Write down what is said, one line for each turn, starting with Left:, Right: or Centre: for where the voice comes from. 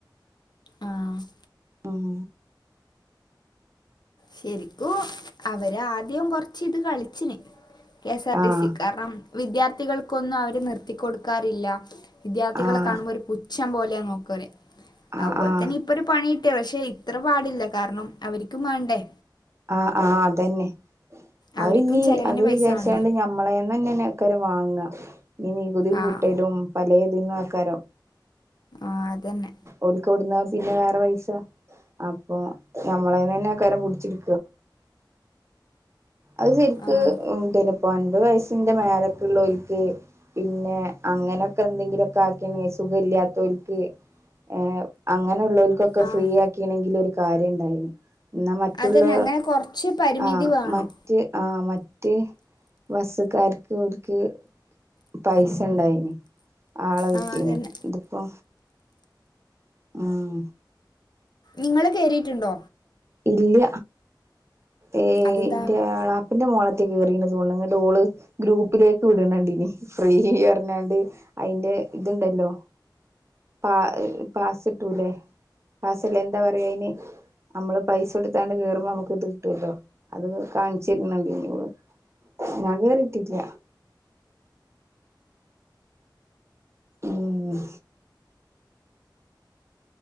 Left: ആഹ്
Right: ഉം
Left: ശെരിക്കും അവര് ആദ്യം കൊറച്ച് ഇത് കളിച്ചിനി. കെ എസ് ആർ ടി
Right: ആഹ്
Left: സി കാരണം വിദ്യാർത്ഥികൾക്കൊന്നും അവര് നിർത്തി കൊടുക്കാറില്ല. വിദ്യാർത്ഥികളെ
Right: ആഹ്
Left: കാണുമ്പോ ഒരു പുച്ഛം പോലെയ നോക്ക അവർ
Right: ആഹ്
Left: അതുപോലെ
Right: ആഹ്
Left: തന്നെ ഇപ്പൊ ഒരു പണി കിട്ടിയതാ പക്ഷെ ഇത്ര പാടില്ല കാരണം അവർക്കും വേണ്ടേ?
Right: ആഹ് ആഹ് അതന്നെ
Left: അവര്ക്കും
Right: അത് ഇനി
Left: ചെലവിന്
Right: അത്
Left: പൈസ
Right: വിചാരിച്ചണ്ട്
Left: വേണ്ടേ
Right: ഞ നമ്മളെ നെന്നെ ആക്കാരും വാങ്ങ ഇനി നികുതി
Left: ആഹ്
Right: കൂട്ടലും പലേതിന്നും ആക്കാരും.
Left: ആഹ് അതന്നെ.
Right: ഒല്ക്കോടുന്ന പിന്നെ വേറെ പൈസ അപ്പൊ ഞമ്മളെന്ന് തന്നെ ആക്കാരം പിടിച്ചി. അത് ശെരിക്ക്.
Left: ആഹ്
Right: അൻപത് വയസിന്റെ മേലക്ക് ള്ളോ ൽക്ക് പിന്നെ അങ്ങനെയൊക്കെ എന്തെ ഇതിലൊക്കെ ആർക്കെങ്കിലും സുഖല്ലാത്തോൽക്ക് ഏ അങ്ങനെളോല്ക്കൊക്കെ
Left: ആഹ്
Right: ഫ്രീ ആക്കി കിട്ടിനെങ്കിൽ ഒരു കാര്യം ഇണ്ടായിനി എന്നാ മറ്റുള്ള
Left: അതന്നെ അങ്ങനെ കൊറച്ച് പരിമിതി
Right: ആ
Left: വേണം
Right: മറ്റ് ആ മറ്റ് ബസ്ക്കാർക്ക് ഒര്ക്ക്. പൈസ ഇണ്ടായിന് ആളെ കിട്ടീന്
Left: ആഹ് അതന്നെ
Right: ഇതിപ്പോ. ഉം
Left: നിങ്ങള് കേറിയിണ്ടോ?
Right: ഇല്ല ഏഹ്
Left: അതെന്താ
Right: ഇന്റെ ന്റെ മോളത്തെ കേറിന്നു തോന്ന്ണു ഇങ്ങട്ട് ഓള് ഗ്രൂപ്പിലേക്ക് വിടണണ്ടിനി ഫ്രീ പറഞ്ഞാണ്ട്. അയിന്റെ ഇതുണ്ടല്ലോ. പ പാസിട്ടുല്ലെ പാസല്ല എന്താ പറയാ അയിന്. നമ്മള് പൈസ കൊടുത്താണ്ട് കേറുമ്പോ നമുക്ക് ഇത് കിട്ടുല്ലോ അത് കാണിച്ചരുന്നുണ്ട് ഓള്. ഞാൻ കേറിട്ടില്ല. ഉം